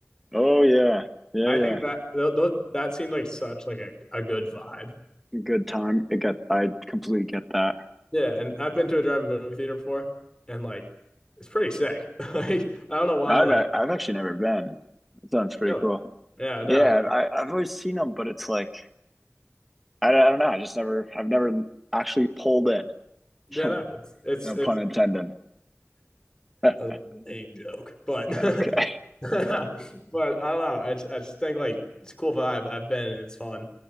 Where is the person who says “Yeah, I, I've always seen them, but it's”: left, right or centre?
Centre